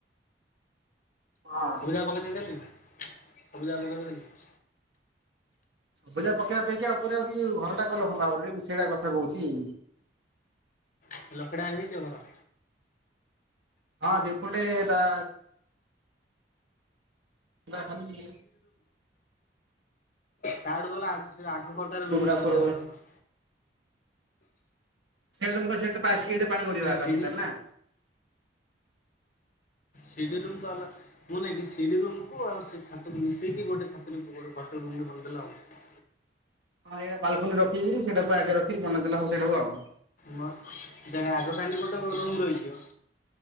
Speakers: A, on the right; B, on the left.
A: ହଁ।
B: ପଜା ପକେଇ ଦେଇଦଲି ସବୁଜା ପକେଇ ଦେଇଦେଲି।
A: ଭୁଜା ପକେଇଆ ପାଇଁକା ଉପରେ ଆଉ ଟିକେ ଘର ଟା କଲ ଭଲ ଭାବରେ ମୁଁ ସେଇଟା କଥା କହୁଛି।
B: ଲକ୍ଷେ ଟଙ୍କା ରେ ହେଇଯିବ ଘର?
A: ହଁ ସେପଟେ ତା ତା ଖାଲି
B: ତା ଠୁ ଭଲ ଆଗ ଆଘ ପଟ
A: ଗୁମୁଡା
B: ରୁମ୍ ଟା
A: ଉପରକୁ
B: ହୁଅନ୍ତା ଲେ ଭଲ।
A: ସେଇଟୁ ମୁଁ କଇଲି ସେ ଏଇଟେ ପାଣି ଗଡିବା ଏକ
B: ସିଡି
A: ସେଇଟା ନା।
B: ଶିଡି ରୁମ <unintelligible> ମୁଁ ନାଇକି ସିଢି ରୁମକୁୁ ଆଉ ସେ ଛାତ ମିଶେଇକି ଗୋଟେ ବଡ ରୁମ୍ ଟେ ବନେଇ ଦେଲେ ହବ ଆଉ।
A: ହଁ ଏଇଟା ବାଲକୁନି ରଖିରି ସେଟାକୁ ଆଗରେ ରଖି ବନେଇ ଦେଲେ ହଉ ସେଟାକୁ ଆଉ।
B: ମୋ ଜା ଆଗକାନିରେ ଗୋଟେ ରୁମ୍ ରହିଯିବ।